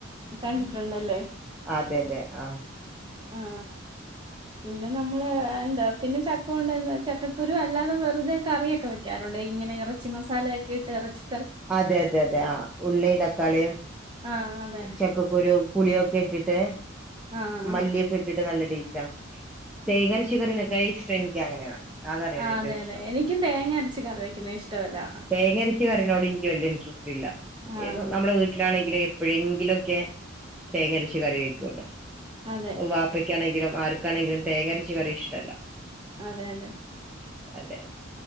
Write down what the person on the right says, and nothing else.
കണ്ടിട്ടുണ്ടല്ലേ
ആ പിന്നെ നമ്മളേ എന്താ പിന്നെ ചക്ക കൊണ്ട് എന്താ ചക്കക്കുരു അല്ലാതെ വെറുതെ കറിയൊക്കെ വെക്കാറുണ്ട് ഇങ്ങനെ ഇറച്ചി മസാലയൊക്കെ ഇട്ട് ഇറച്ചി
ആഹ് അതെ
ആഹ്
ആഹ്
ആ
അതെ
അതെ എനിക്കും തേങ്ങ അരച്ച് കറിവെക്കുന്നത് ഇഷ്ടവല്ല
ആഹ്
അതെ
അതെ അതെ